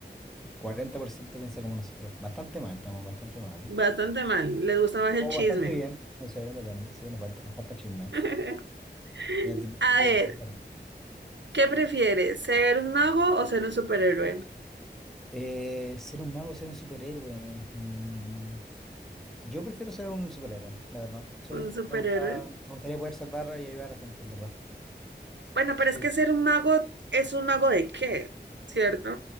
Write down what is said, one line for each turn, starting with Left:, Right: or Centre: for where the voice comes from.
Centre: 40% piensa como nosotros. Bastante mal, estamos bastante mal.
Right: Bastante mal. Les gusta más el
Centre: O
Right: chisme.
Centre: bastante bien, no sé, depende. Sí, nos falta, nos falta chisme.
Right: <laughs>
Centre: Ya te- te-
Right: A ver,
Centre: te- te toca.
Right: ¿qué prefieres? ¿Ser un mago o ser un superhéroe?
Centre: Eh, ser un mago, ser un superhéroe. Mm. Yo prefiero ser un superhéroe, la verdad. Sí,
Right: ¿Un superhéroe?
Centre: me gusta, me gustaría poder salvar y ayudar a gente, en verdad.
Right: Bueno,
Centre: Sí,
Right: pero es que
Centre: sí,
Right: ser
Centre: sí.
Right: un mago es un mago de qué, ¿cierto?